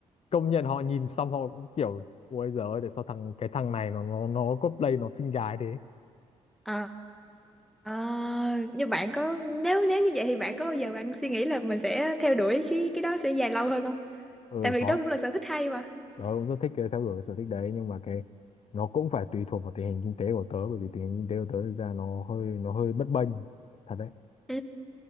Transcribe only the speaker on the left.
công nhận họ nhìn xong họ cũng kiểu ôi giời ơi tại sao thằng cái thằng này nó nó nó cosplay nó xinh gái thế
ừ
có
tớ cũng rất thích cái theo đuổi cái sở thích đấy nhưng mà cái nó cũng phải tùy thuộc vào tình hình kinh tế của tớ bởi vì tình hình kinh tế của tớ thực ra nó hơi nó hơi bấp bênh thật đấy